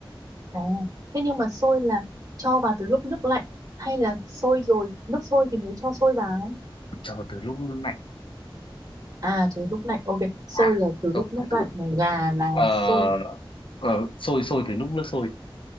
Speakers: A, on the right; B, on the left.
A: À, thế nhưng mà sôi là cho vào từ lúc nước lạnh hay là sôi rồi nước sôi thì mới cho sôi vào?
B: cho từ lúc lạnh
A: À, từ lúc lạnh. Ok, sôi
B: à
A: là từ
B: không
A: lúc nước
B: từ từ
A: lạnh mà gà là
B: ờ
A: sôi.
B: ờ, sôi sôi từ lúc nước sôi